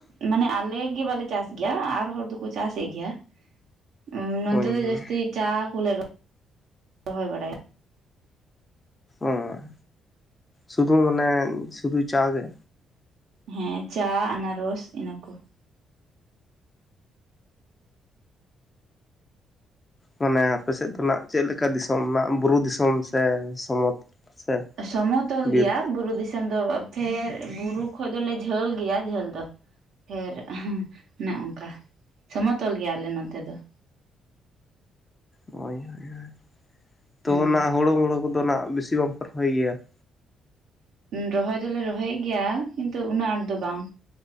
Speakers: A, on the right; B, on the left.
A: ᱢᱟᱱᱮ ᱟᱞᱮ ᱜᱮ ᱵᱟᱞᱮ ᱪᱟᱥ ᱜᱮᱭᱟ ᱟᱨ ᱦᱚᱲ ᱫᱚᱠᱚ ᱪᱟᱥᱮᱫ ᱜᱮᱭᱟ, ᱩᱸ ᱱᱚᱱᱛᱮ
B: ᱦᱳᱭ
A: ᱫᱚ
B: ᱦᱳᱭ
A: ᱡᱟᱹᱥᱛᱤ ᱪᱟ ᱠᱚᱞᱮ <inaudible> ᱨᱚᱦᱚᱭ ᱵᱟᱲᱟᱭᱟ᱾
B: ᱚᱸ ᱥᱩᱫᱷᱩ ᱢᱟᱱᱮ ᱥᱩᱫᱷᱩ ᱪᱟ ᱜᱮ᱾
A: ᱦᱮᱸ ᱪᱟ ᱟᱱᱟᱨᱚᱥ ᱤᱱᱟᱹ ᱠᱚ ᱾
B: ᱢᱟᱱᱮ ᱟᱯᱮᱥᱮᱫ ᱫᱚ ᱱᱟᱜ ᱪᱮᱫ ᱞᱮᱠᱟ ᱫᱤᱥᱚᱢ ᱨᱮᱱᱟᱜ ᱵᱩᱨᱩ ᱫᱤᱥᱚᱢ ᱥᱮ ᱥᱚᱢᱚᱛ ᱥᱮ
A: ᱥᱚᱢᱚᱛᱚᱞ
B: ᱵᱤᱨ
A: ᱜᱮᱭᱟ ᱵᱩᱨᱩ ᱫᱤᱥᱚᱢ ᱫᱚ ᱯᱷᱮᱨ ᱵᱩᱨᱩ ᱠᱷᱚᱡ ᱫᱚᱞᱮ ᱡᱷᱟᱹᱞ ᱜᱮᱭᱟ ᱡᱷᱟᱹᱞ ᱫᱚ ᱾ ᱯᱷᱮᱨ ᱚᱱᱮ ᱚᱱᱠᱟ <inaudible> ᱥᱚᱢᱚᱛᱚᱞ ᱜᱮᱭᱟᱞᱮ ᱱᱚᱛᱮ ᱫᱚ ᱾
B: ᱦᱳᱭ ᱦᱳᱭ ᱾ <inaudible> ᱛᱚ
A: ᱦᱮᱸ
B: ᱚᱱᱟ ᱦᱩᱲᱩ ᱢᱩᱲᱩ ᱠᱚᱫᱚ ᱱᱟᱜ ᱵᱮᱥᱤ ᱵᱟᱝ ᱯᱮ ᱨᱚᱦᱚᱭ ᱜᱮᱭᱟ ᱾
A: ᱨᱚᱦᱚᱭ ᱫᱚᱞᱮ ᱨᱚᱦᱚᱭᱮᱫ ᱜᱮᱭᱟ ᱠᱤᱱᱛᱩ ᱩᱱᱟᱹᱜ ᱟᱸᱴ ᱫᱚ ᱵᱟᱝ ᱾